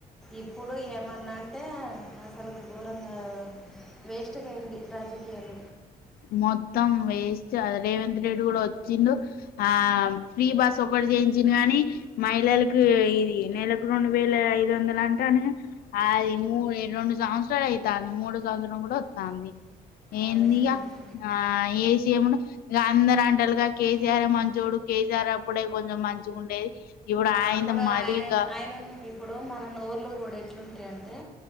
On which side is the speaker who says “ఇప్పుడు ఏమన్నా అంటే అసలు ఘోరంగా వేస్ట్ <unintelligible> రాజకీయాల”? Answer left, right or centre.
Centre